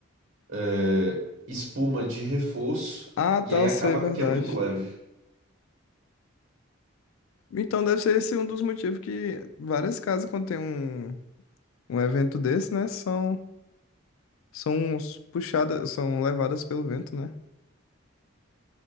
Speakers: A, on the right; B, on the left.
A: eh, espuma de reforço,
B: Ah, tá,
A: e aí
B: eu
A: acaba
B: sei, verdade.
A: que é muito leve.
B: Então deve ser esse um dos motivos que várias casas, quando tem um, um evento desse, né? São São s- puxadas, são levadas pelo vento, né?